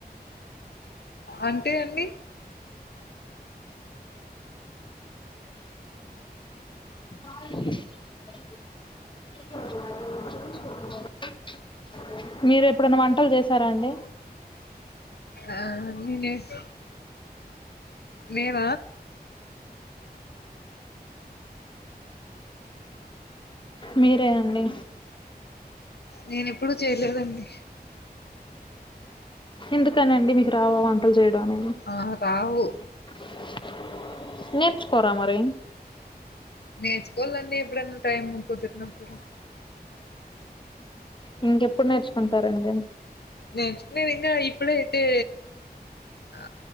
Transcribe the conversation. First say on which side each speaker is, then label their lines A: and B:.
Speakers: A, on the left (about 80°); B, on the left (about 30°).
A: అంటే అండి
B: <inaudible> మీరు ఎప్పుడనా వంటలు చేసారా అండి
A: ఆ నేస్ నేన
B: మీరే అండి
A: నేను ఎప్పుడు చేయలేదండి
B: ఎందుకని అండి మీకు రావ వంటలు చేయడం అనేది
A: ఆహా రావు
B: <inaudible> నేర్చుకోరా మరి
A: నేర్చుకోవాలండి ఎప్పుడన్నా టైం కుదిరినప్పుడు
B: ఇంక ఎప్పుడు నేర్చ్ అంటారండి
A: నేర్చుకునేది ఇంకా ఇప్పుడయితే ఆ